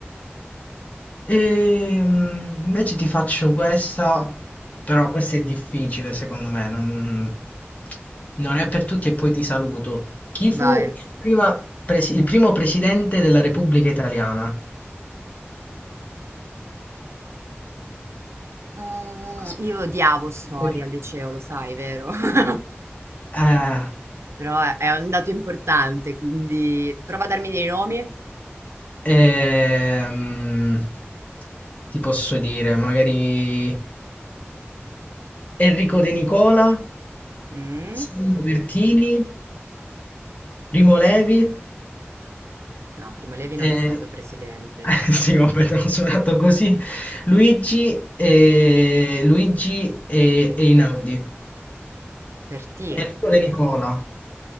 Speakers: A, on the left; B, on the right.
A: Ehm, invece ti faccio questa, però questa è difficile secondo me, non, non è per tutti e poi ti saluto. Chi fu
B: Vai.
A: il, prima presi- il primo presidente della Repubblica Italiana?
B: Mm,
A: Aspetta.
B: io odiavo storia
A: Vuoi che ti-
B: al liceo, lo sai, vero? <laughs>
A: Eh,
B: Però è è un dato importante, quindi prova a darmi dei nomi.
A: Ehm, ti posso dire, magari Enrico De Nicola,
B: Mm?
A: Sandro Pertini, Primo Levi,
B: No, Primo Levi non
A: eh,
B: è stato presidente.
A: <laughs> sì, vabbè, te l'ho suonato così, Luigi, eh, Luigi e, e Inaudi.
B: Pertini.
A: Enrico De Nicola,